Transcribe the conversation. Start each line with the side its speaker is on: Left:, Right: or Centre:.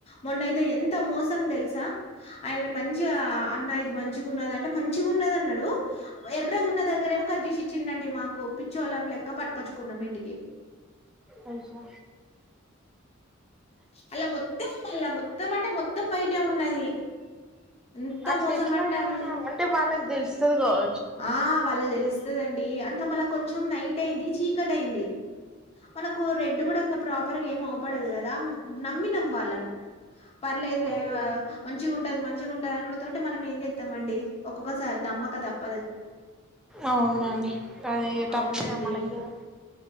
Left: మొన్నాయితే ఎంత మోసం తెలుసా? ఆయననీ మ మంచిగా అన్నా ఇది మంచిగున్నదా అంటే. మంచిగున్నది అన్నాడు. ఎర్రగున్న దగ్గరేమో కట్జెసి ఇచ్చిన్ డండి మాకు పిచ్చోలం లెక్క పట్టుకొచ్చుకున్నాం. ఇంటికి
Centre: అయ్యో
Left: అళ్లా మొత్తం, మళ్ళ మొత్తం అంటే, మొత్తం వైటే ఉన్నది. ఎంత
Centre: అట్ల
Left: మోసం
Centre: ఎట్లా
Left: అంటే
Centre: గా
Left: అం
Centre: అంటే వాళ్ళకి దేలుస్తది. గావ్
Left: ఆ వాళ్ళకు తెలుస్తదండి. అంత మళ్ళ కొంచెం నైట్ అయింది, చీకట్ అయింది. మనకు రెడ్ గూడంత ప్రాపర్గా ఏం ఆవుపడదు కదా. నమ్మినం వాళ్ళను పర్లేదు లే
Centre: అయ్యో
Left: వ మంచిగుంటది, మంచిగుంటది అనుడుతోటే మనం ఏం చేతం అండి. ఒక్కొక్కసారి నమ్మక తప్
Centre: అవునాండి. అది ఇగ
Left: అవునండి
Centre: తప్తద మనకింగ